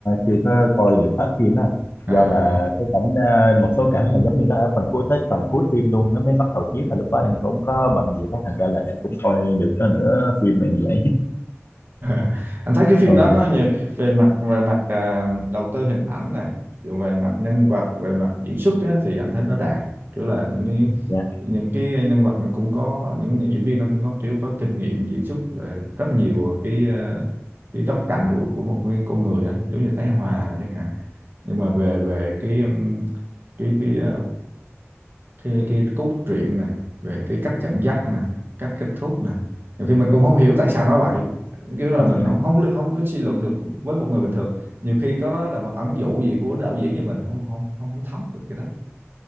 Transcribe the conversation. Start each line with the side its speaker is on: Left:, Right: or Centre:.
Left: chưa có coi được hết phim á
Right: À
Left: do
Right: à.
Left: là cái cảnh ờ, một số cảnh là giống như nó ở phần cuối tới phần cuối phim luôn nó mới bắt đầu chiếu mà lúc đó em cũng có bận việc á thành ra là em cũng coi được có nửa phim này vậy
Right: <laughs> Anh thấy cái phim
Left: <laughs> ừ
Right: đó nó nhiều về mặt về mặt à, đầu tư hình ảnh này, rồi về mặt nhân vật, về mặt diễn xuất á, thì anh thấy nó đạt. Kiểu là những cái
Left: dạ
Right: những cái nhân vật nó cũng có những diễn viên nó cũng có kiểu có kinh nghiệm diễn xuất về rất nhiều cái à, cái góc cạnh của của một cái con người á, giống như Thái Hòa này chẳng hạn. Nhưng mà về về cái um, cái cái cái cái cốt truyện nè về cái cách dẫn dắt nè cách kết thúc nè nhiều khi mình cũng không hiểu tại sao nói vậy kiểu là
Left: nó,
Right: mình không không không có suy luận được với một người bình thường nhiều khi có đó là một ẩn dụ gì của đạo diễn như mình không không không không thấm được cái đó